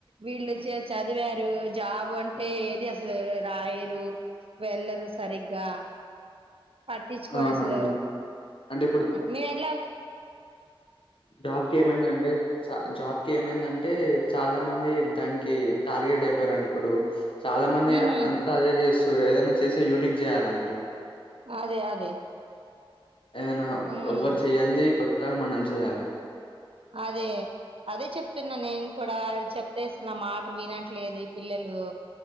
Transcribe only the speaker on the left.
అవునండి అంటే
జాబ్ కి ఏమైంద అంటే చ జాబ్ కి ఏమైందంటే చాలా మంది దానికి టార్గెట్ అయిపోయారండి ఇప్పుడు చాలా మంది
అంతా అదే చేస్తు సూ ఏదైనా చేసే యూనిక్ చేయాల ఆంటీ
ఏదైనా
ఎవ్వరు చెయ్యంది మనం చేయాలి